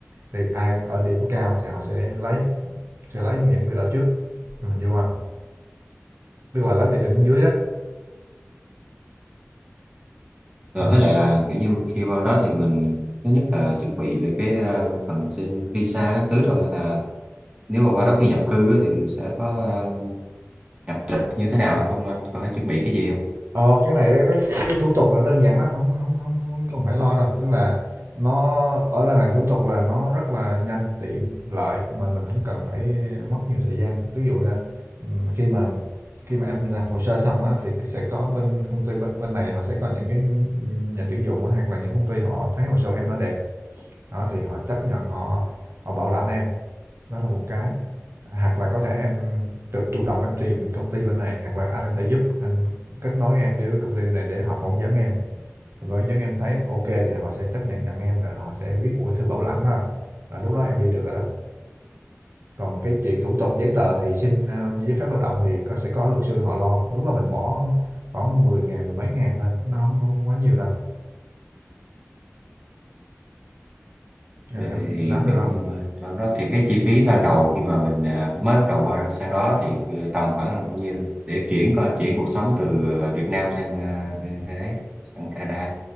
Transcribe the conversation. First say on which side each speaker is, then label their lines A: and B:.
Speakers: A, on the right (about 55°); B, on the right (about 25°).
A: thì ai ở điểm cao thì họ sẽ lấy sẽ lấy những người đó trước em hình dung không tức là lấy từ trên xuống dưới đó
B: và
A: em hình
B: với
A: dung
B: lại
A: không?
B: là kiểu như khi vào đó thì mình thứ nhất là chuẩn bị về cái ờ, phần xin visa các thứ rồi hay là nếu mà qua đó khi nhập cư á, thì mình sẽ có ờ, nhập tịch như thế nào hay không anh còn phải chuẩn bị cái gì không
A: ờ cái này cái, cái, cái thủ tục là đơn giản lắm không không không không không phải lo đâu tức là nó ở đây này thủ tục là nó rất là nhanh tiện lợi mà mình không cần phải mất nhiều thời gian ví dụ như ừm, khi mà khi mà em làm hồ sơ xong á thì sẽ có bên công ty bên, bên này họ sẽ có những cái nhà tuyển dụng á, hoặc là những công ty họ thấy hồ sơ em nó đẹp đó thì họ chấp nhận họ họ bảo lãnh em Đó là một cái, hoặc là có thể em tự chủ động em tìm công ty bên này, hoặc là anh có thể giúp anh kết nối em với công ty bên này để họ phỏng vấn em. Phỏng vấn em thấy OK thì họ sẽ chấp nhận nhận em, rồi họ sẽ viết một cái thư bảo lãnh thôi. Là lúc đó em đi được rồi đó. Còn cái chuyện thủ tục giấy tờ thì xin ờ, giấy phép lao động thì có sẽ có luật sư họ lo. Lúc đó mình bỏ khoảng mười ngàn, mười mấy ngàn thôi, nó không không quá nhiều đâu. Em,
B: Vậy
A: em,
B: thì, thì
A: em nắm được
B: kiểu
A: không?
B: như mà trong đó thì cái chi phí ban đầu khi mà mình à, mới bắt đầu qua đó sang đó thì ờ, tầm khoảng là bao nhiêu để chuyển coi chuyển cuộc sống từ à, Việt Nam sang à, nơi đấy sang Canada